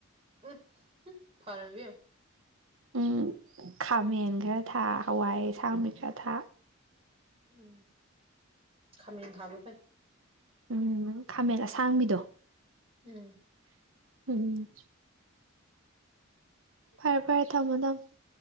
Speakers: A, on the right (about 30°); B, on the right (about 65°).
A: ꯎꯝ ꯍꯨꯝ ꯐꯔꯕꯅꯦ ꯢꯕꯦꯝꯃꯥ
B: ꯎꯝ ꯈꯥꯃꯦꯟ ꯈꯔ ꯊꯥ ꯍꯋꯥꯏ ꯑꯁꯥꯡ ꯕꯤ ꯈꯔ ꯊꯥ
A: ꯎꯝ ꯈꯥꯃꯦꯟ ꯊꯥꯕꯗꯣ ꯐꯩ
B: ꯎꯝ ꯈꯥꯃꯦꯟ ꯑꯁꯥꯡꯕꯤꯗꯣ
A: ꯎꯝ
B: ꯎꯝ ꯐꯔꯦ ꯐꯔꯦ ꯊꯝꯃꯣ ꯊꯝꯃꯣ